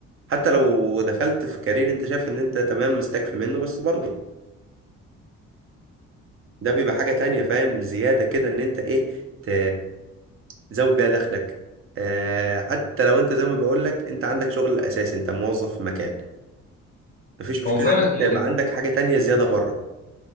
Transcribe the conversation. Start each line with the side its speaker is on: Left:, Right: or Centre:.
Right: حتى لو دخلت في كارير انت شايف ان انت تمام مستكفي منه بس برضه ده بيبقى حاجة تانية فاهم زيادة كده ان انت ايه ت... تزود بيها دخلك آه حتى لو انت زي ما بقولك انت عندك شغل اساسي انت موظف في مكان مفيش مشكلة
Left: هو فعلا
Right: ان انت
Left: يعني
Right: يبقى عندك حاجة تانية زيادة بره